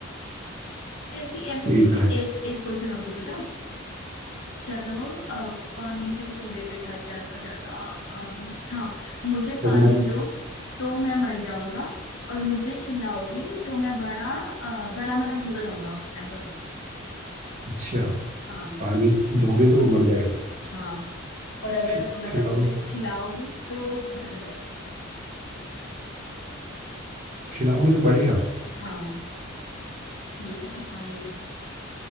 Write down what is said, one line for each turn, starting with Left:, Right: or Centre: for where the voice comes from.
Left: ऐसी ऐसे
Right: सही
Left: मुझसे
Right: था
Left: एक एक क्वेश्चन और पूछा था क्या था वो अ, पानी से कुछ रिलेटेड था क्या था क्या था आ, हाँ मुझे
Right: जब
Left: पानी
Right: मैं
Left: दो तो मैं मर जाऊंगा और मुझे खिलाओगी तो मैं बड़ा अ, बड़ा मतलब होता जाऊंगा ऐसा था कुछ
Right: अच्छा
Left: हाँ
Right: पानी दोगे तो वो मर जाएगा
Left: हाँ और अगर
Right: खि-
Left: मतलब
Right: खिलाओ
Left: उसे खिलाओगी तो बढ़ता जाएगा
Right: खिलाओगे तो बढ़ेगा
Left: हाँ यही था ना हाँ यही था